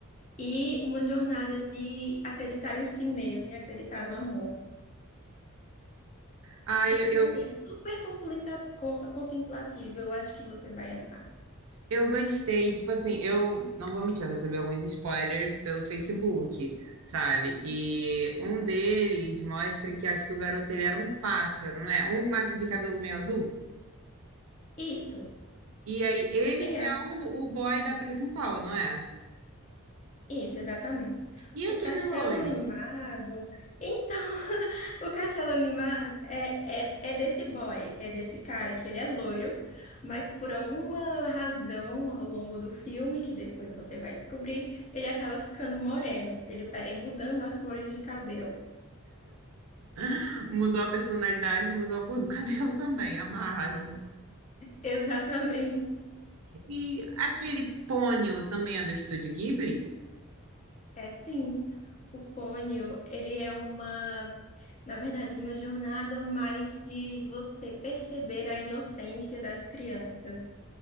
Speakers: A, on the left (about 30°); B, on the right (about 70°).
A: e uma jornada de acreditar em si mesmo e acreditar no amor.
B: Ai,
A: O
B: eu,
A: filme
B: eu,
A: é super completa- co- contemplativo, eu acho que você vai amar.
B: eu gostei. Tipo assim, eu não vou mentir, eu recebi alguns spoilers pelo Facebook, sabe? E um deles mostra que acho que o garoto ele era um pássaro, não é? Um mago de cabelo meio azul.
A: Isso,
B: E aí, ele
A: é engraçado.
B: que é o, o boy da principal, não é?
A: Isso, exatamente.
B: E
A: O
B: aquele
A: castelo
B: loiro?
A: animado. Então, <laughs> o castelo animado é, é, é desse boy, é desse cara, que ele é loiro, mas por alguma razão ao longo do filme, que depois você vai descobrir, ele acaba ficando moreno, ele vai mudando as cores de cabelo.
B: <laughs> Mudou a personalidade, mudou a cor do <laughs> cabelo também, amaram.
A: Exatamente.
B: E aquele pônio também é do Estúdio Ghibli?
A: É sim. O pônio, ele é uma, na verdade, uma jornada mais de você perceber a inocência das crianças.